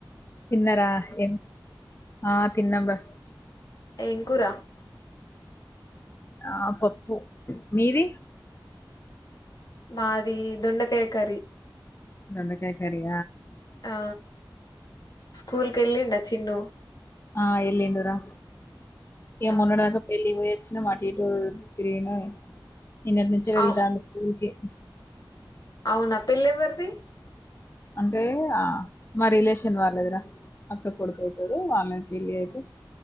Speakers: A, on the left (about 30°); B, on the left (about 55°).
A: తిన్నారా ఏం ఆ తిన్నంరా
B: ఏం కూర
A: ఆ పప్పు మీది
B: మావి దొండకాయ కర్రీ
A: దొండకాయ కర్రీ
B: ఆ స్కూల్ క వెళ్ళండ చిన్ను
A: ఆ ఎల్లుండి రా ఏ
B: ఆ
A: మొన్నటిదాకా పెళ్లి పొయచ్చ నిన్న అటు ఇటు తిరిగిన నిన్నటి నుంచే వెళ్తాంది
B: అవు
A: స్కూలుకి
B: అవునా పెళ్లి ఎవరిది?
A: అంటే ఆ మా రిలేషన్ వాళ్ళదర అక్క కొడుకు అవుతాడు వాళ్ళ పెళ్లి అయితే